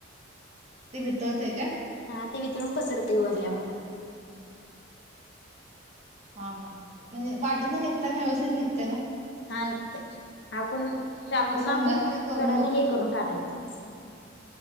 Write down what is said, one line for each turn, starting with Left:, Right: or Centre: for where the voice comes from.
Right: ते भितरते का
Left: हा ते वितळून पसरते उरल्या भागात
Right: हा हा म्हणजे वाटत ना निघता ना व्यवस्थित निघतय ना
Left: हा निघतय आपण शाकून
Right: आज संध्याकाळी
Left: आपण
Right: करून
Left: कडन
Right: बघतो
Left: हे करून
Right: मी.
Left: काढायचं